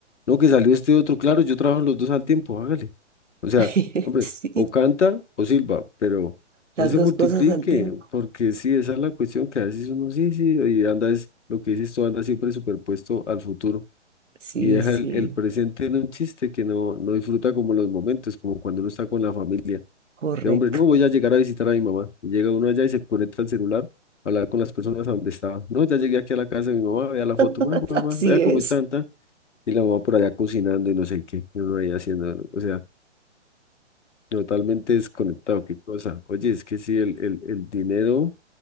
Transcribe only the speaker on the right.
<laughs>
sí,
las
dos
cosas al tiempo.
Sí,
sí,
correcto.
<laughs>
Así
es.